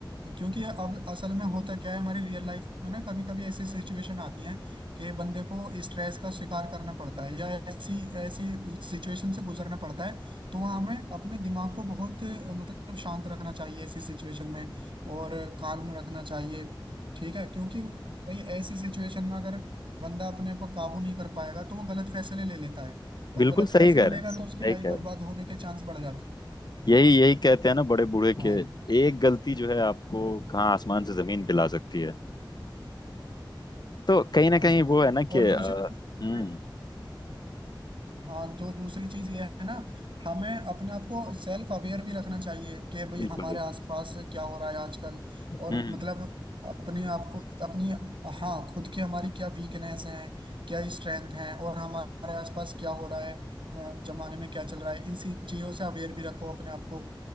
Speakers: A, on the right; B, on the left.
A: क्योंकि अब असल में होता क्या है हमारी रियल लाइफ में ना कभी कभी ऐसी सिचुएशन आती है कि बंदे को स्ट्रेस का शिकार करना पड़ता है या ऐसी ऐसी सिचुएशन से गुजरना पड़ता है तो हाँ हमें अपने दिमाग को बहुत अ, मतलब शांत रखना चाहिए ऐसी सिचुएशन में और काम रखना चाहिए ठीक है क्योंकि भाई ऐसी सिचुएशन में अगर बंदा अपने ऊपर काबू नहीं कर पाएगा तो वो गलत फैसले ले लेता है और
B: बिल्कुल
A: गलत
B: सही
A: फैसले
B: कह
A: लेगा
B: रहे हैं सही
A: तो उसकी लाइफ
B: कह
A: बर्बाद
B: रहे हैं
A: होने के चांस बढ़ जाते हैं
B: यही यही कहते हैं ना बड़े बूढ़े
A: हाँ
B: के एक गलती जो है आपको कहाँ आसमान से जमीन पिला सकती है तो कहीं
A: हाँ
B: ना कहीं वो है ना कि
A: और
B: अ,
A: दूसरी चीज़
B: हम्म
A: ये है हाँ जो दूसरी चीज ये है ना हमें अपने आप को सेल्फ अवेयर भी रखना चाहिए कि भाई
B: बिल्कुल
A: हमारे
B: बिल्कुल
A: आसपास क्या हो रहा है आजकल और
B: हम्म
A: मतलब अपने आप को अपनी हाँ खुद की हमारी क्या वीकनेस हैं क्या स्ट्रेंथ हैं और हमारे आसपास क्या हो रहा है अ, जमाने में क्या चल रहा है इन सी चीजों से अवेयर भी रखो अपने आप को